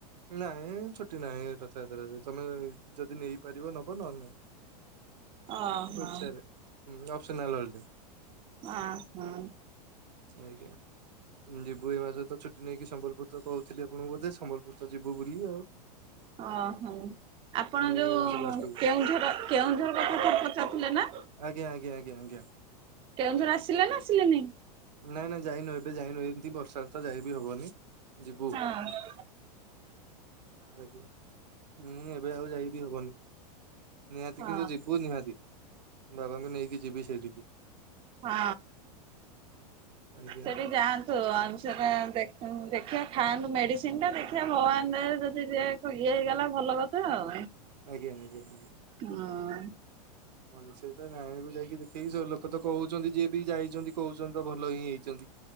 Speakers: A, on the right (about 85°); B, on the right (about 25°).
A: ନଇଁ ଛୁଟି ନାହିଁ ରଥଯାତ୍ରାରେ ତମେ ଯଦି ନେଇପାରିବ ନବ ନହେଲେ ନାହିଁ।
B: ଓହୋ।
A: ଏଚ୍ଆର୍ ହଁ ଅପସନାଲ୍
B: ଅଁ ହଁ।
A: ଆଜ୍ଞା। ହୁଁ ଯିବୁ ଏଇ ମାସରେ ତ ଛୁଟି ନେଇକି ସମ୍ବଲପୁର ତ କହୁଥିଲି ଆପଣଙ୍କୁ ବୋଧେ ସମ୍ବଲପୁର ତ ଯିବୁ ବୋଲି ଆଉ।
B: ଅଁ ହଁ ଉଁ। ଆପଣ
A: ହୁଁ
B: ଯୋଉ
A: ଏଇ ମାସ ଲାଷ୍ଟକୁ
B: କେଉଁଝର କେଉଁଝର କଥା ଥରେ ପଚାରୁିଥିଲେ ନା।
A: ଆଜ୍ଞ ଆଜ୍ଞ ଆଜ୍ଞା
B: କେଉଁଝର୍ ଆସିଲେ ନା ଆସିଲେନି?
A: ନାଁ ନାଁ ଯାଇନୁ ଏବେ ଯାଇନୁ ଏମିତି ବର୍ଷାରେ ତ ଯାଇବି ହବନି ଯିବୁ।
B: ଆଳୁ ଭତ୍ତା।
A: ଆଜ୍ଞା ହୁଁ ଏବେ ଆଉ ଯାଇ ବିି ହବନି। ନିହାତି
B: ହଁ
A: କିନ୍ତୁ ଯିବୁ ନିହାତି ବାବାଙ୍କୁ ନେଇକି ଯିବି ସେଇଠିକି।
B: ହଁ
A: ଆଜ୍ଞା
B: ସେଠିକି ଯାଆନ୍ତୁ ଅନସୂପା ଦେଖ ହଁ ଦେଖିବା ଖାଆନ୍ତୁ ମେଡିସିନ ଟା ଦେଖିବା ଭଗବାନ ଦେ ଯଦି ଯ ଇଏ ହେଇଗଲା ଭଲ କଥା ଆଉ।
A: ଆଜ୍ଞା ଆଜ୍ଞା ଆଜଞା <inaudible>
B: ହଁ।
A: ହଁ ସେ ତ ଜାଣିବୁ ଯାଇକି ଦେଖିକି ଲୋକ ତ କହୁଛନ୍ତି। ଯିଏ ବି ଯାଇଛନ୍ତି କହୁଛନ୍ତି ତ ଭଲ ହିଁ ହେଇଛନ୍ତି।